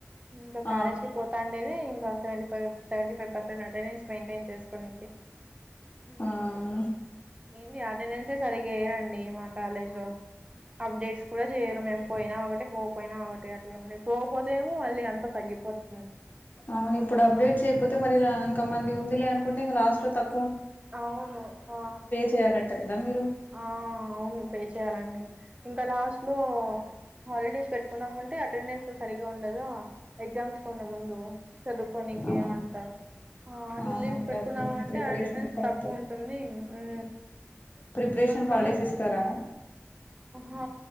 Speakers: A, on the right (about 25°); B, on the left (about 40°).
A: ఇంకా
B: ఆ
A: కాలేజ్ కి పోతాండేది ఇంకా seven five seventy five percent attendance maintain చేసుకోనెకే ఊ
B: అవును
A: ఏంది అటెండెన్స్ అంటే సరిగా వేయ్యరండి మా కాలేజ్ లో అప్డేట్స్ కూడా చేయరు మేము పోయినా ఒక్కటే పోకపోయినా ఒకటి అట్లా ఉండి పోకపోతే ఏమో మళ్ళీ అంత తగ్గిపోత్
B: అవును ఇప్పుడు అప్డేట్ చేయకపోతే మరి రా ఇంకా మ ఉందిలే అనుకుంటే ఇంగ లాస్ట్ లో తక్కు
A: అవును ఆ
B: చేయాలంట కదా మీరు
A: ఆ అవును పే చేయాలండి ఇంకా లాస్ట్లో హాలిడేస్ పెట్ అనుకున్నామంటే అటెండెన్స్ సరిగా ఉండదా ఎగ్జామ్స్ కి ముందు చదువుకోనికి
B: ఆ
A: అంట ఆ అట్లా
B: అవునవును
A: లీవ్స్ పెట్టుకున్నాం
B: అప్పుడు
A: అంటే
B: ప్రిపరేషన్
A: అటెండెన్స్
B: అంతా
A: తక్కువ
B: ఉంటది
A: ఉంటుంది ఊ
B: ప్రిపరేషన్
A: అందుకని
B: హాలిడేస్ ఇస్తారా
A: అహా